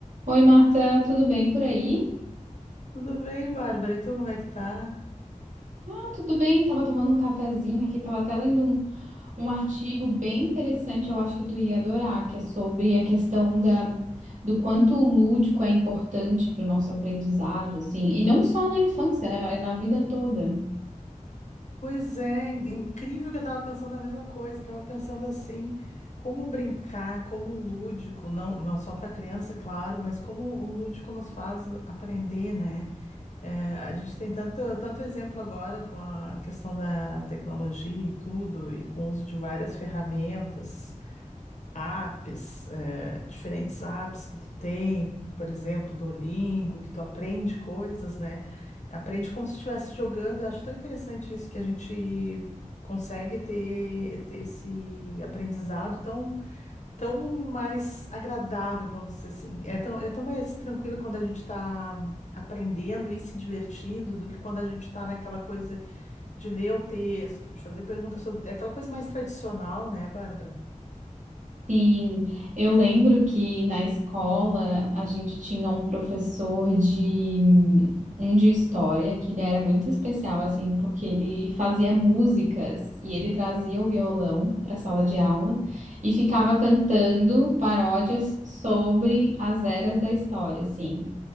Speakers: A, on the right (about 70°); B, on the left (about 65°).
A: Oi, Marta, tudo bem por aí?
B: Tudo bem, Bárbara? E tu, como é que tá?
A: Ah, tudo bem, tava tomando um cafezinho aqui, tava até lendo um, um artigo bem interessante, eu acho que tu ia adorar, que é sobre a questão da, do quanto o lúdico é importante para o nosso aprendizado, assim, e não só na infância, né, mas na vida toda.
B: Pois é, in- incrível que eu tava pensando a mesma coisa. Eu tava pensando assim, como brincar, como o lúdico, não, não só para criança, claro, mas como o lúdico nos faz aprender, né? É, a gente tem tanto, tanto exemplo agora com a questão da tecnologia e tudo, e com o uso de várias ferramentas. apps, eh, diferentes apps que tu tem, por exemplo, Duolingo, que tu aprende coisas, né? Aprende como se estivesse jogando. Eu acho tão interessante isso que a gente consegue ter, ter esse aprendizado tão, tão mais agradável, vamos dizer assim. É tão, é tão mais tranquilo quando a gente está aprendendo e se divertindo do que quando a gente está naquela coisa de ler o texto, de fazer perguntas sobre é aquela coisa mais tradicional, né, Bárbara?
A: Sim, eu lembro que na escola a gente tinha um professor de hum, um de história que ele era muito especial assim, porque ele fazia músicas e ele trazia o violão para a sala de aula e ficava cantando paródias sobre as eras da história, assim.